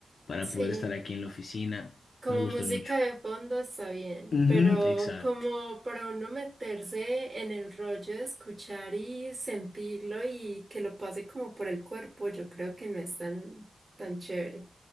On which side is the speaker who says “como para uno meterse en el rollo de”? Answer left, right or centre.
Right